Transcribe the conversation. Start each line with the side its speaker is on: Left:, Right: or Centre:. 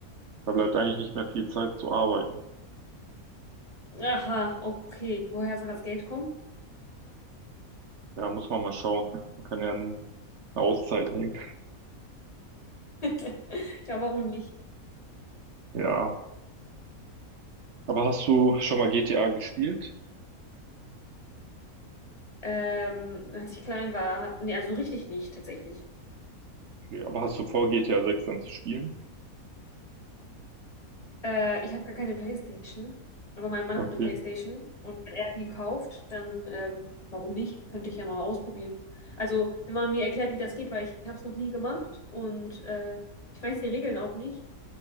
Right: da bleibt eigentlich nicht mehr viel Zeit zu arbeiten.
Left: Aha, okay. Woher soll das Geld kommen?
Right: Ja, muss man mal schauen. Man kann ja eine Auszeit nehmen.
Left: <laughs> Ja, warum nicht?
Right: Ja, aber hast du schon mal GTA gespielt?
Left: Ähm, als ich klein war, hat, nee, also so richtig nicht tatsächlich.
Right: Okay, aber hast du vor, GTA 6 dann zu spielen?
Left: Äh, ich habe gar keine PlayStation, aber mein Mann
Right: Okay.
Left: hat eine PlayStation und wenn er die kauft, dann ähm, warum nicht? Könnte ich ja mal ausprobieren. Also, wenn man mir erklärt, wie das geht, weil ich habe es noch nie gemacht und äh, ich weiß die Regeln auch nicht.